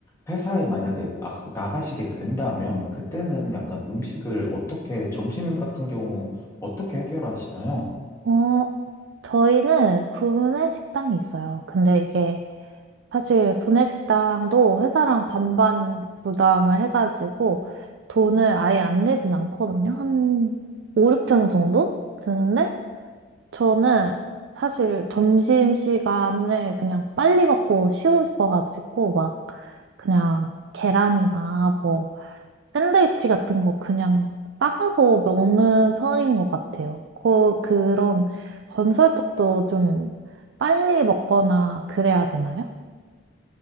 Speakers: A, on the left; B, on the right.
A: 회사에 만약에 나, 나가시게 된다면 그때는 약간 음식을 어떻게 점심 같은 경우 어떻게 해결하시나요?
B: 어, 저희는 구내 식당이 있어요. 근데 이게 사실 구내식당도 회사랑 반반 부담을 해가지고 돈을 아예 안 내진 않거든요. 한 5, 6천 원 정도 드는데 저는 사실 점심시간을 그냥 빨리 먹고 쉬고 싶어가지고 막 그냥 계란이나 뭐 샌드위치 같은 거 그냥 싸가서 먹는 편인 것 같아요. 그, 그런 건설 쪽도 좀 빨리 먹거나 그래야 되나요?